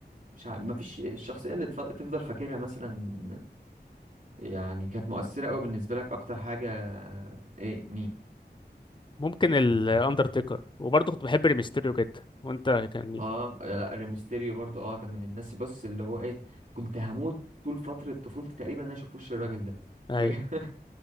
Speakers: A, on the right; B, on the left.
A: مش ع... مفيش الشخصية اللي تف... تفضل فاكرها مثلا يعني كانت مؤثرة قوي بالنسبة لك أكتر حاجة إيه مين؟
B: ممكن الاندرتيكر وبرضه كنت بحب ريمستيريو جدا وانت كان مين؟
A: آه لا ريمستيريو برضو آه ده من الناس بص اللي هو إيه كنت هموت طول فترة طفولتي تقريبا إن أنا أشوف وش الراجل ده
B: اي
A: بجد. <laughs>